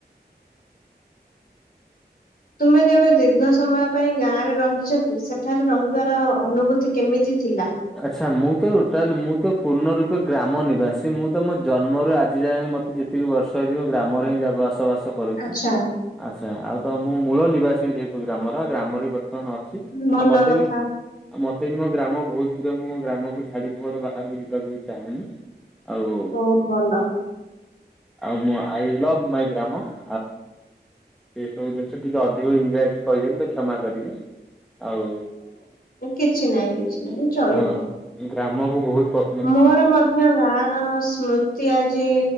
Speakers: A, on the left; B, in the centre.
A: ତୁମେ କେବେ ଦୀର୍ଘ ସମୟ ପାଇଁ ଗାଁ ରେ ରହିଛ କି ସେଠାରେ ରହିବାର ଅନୁଭୂତି କେମିତି ଥିଲା।
B: ଆଚ୍ଛା ମୁଁ ତ ଟୋଟାଲ ମୁଁ ତ ପୂର୍ଣ୍ଣ ରୂପେ ଗ୍ରାମ ନିବାସୀ ମୁଁ ତ ମୋ ଜନ୍ମରୁ ଆଜି ଯାଏଁ ମ ତେ ଯେତିକି ବର୍ଷ ଅଛି ମୁଁ ଗ୍ରାମରେ ହିଁ ଯା ବାସବାସ କରୁଚି
A: ଆଚ୍ଛା
B: ଆଚ୍ଛା ଆଉ ତ ମୁଁ ମୂଳ ନିବାସୀ ଯେହେତୁ ଗ୍ରାମର ଗ୍ରାମରେ ବି ବର୍ତ୍ତମାନ ଅ ଛି
A: ଭଲ
B: ଆଉ ମତେ
A: କଥା
B: ବି ଆଉ ମତେ ବି ମୋ ଗ୍ରାମ ବୋହୁତ କିନ୍ତୁ ମୁଁ ମୋ ଗ୍ରାମକୁ ଛାଡ଼ିକି କୁଆଡ଼େ ବାହାରୁକୁ ଯିବାକୁ ବି ଚାହେଁନି ଆଉ
A: ବହୁତ ଭଲ।
B: ଆଉ ମୁଁ ଆଇ ଲଭ୍ ମାଇ ଗ୍ରାମ ଆଉ ଏ ସବୁ ଦିନ୍ସ ଟିକେ ଅଧିକ ଇଂରାଜୀ କହିଦେଲି ତ କ୍ଷମା କରିବେ ଆଉ
A: ଓ କିଛି ନାଇଁ କିଛି ନାହିଁ ଚଳିବ।
B: ଆଉ ମୁଁ ଗ୍ରାମକୁ ବୋହୁତ ପ
A: ମୋର ମଧ୍ୟ ଗାଁ ର ସ୍ମୃତି ଆଜି